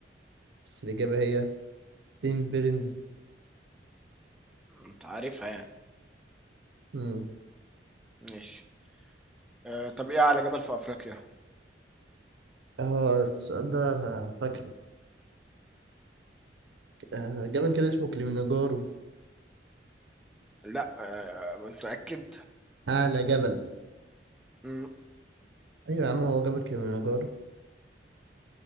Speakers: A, on the right (about 80°); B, in the centre.
A: بس الاجابة هي تيم بيرنز
B: انت عارفها يعني
A: مم.
B: ماشي أه طب ايه اعلى جبل في افريقيا
A: اه السؤال ده أنا فاكره آه جبل كده اسمه كليمنجارو
B: لأ، آه، متأكد؟
A: اعلى جبل
B: إمم،
A: ايوه يا عم هو جبل كليمنجارو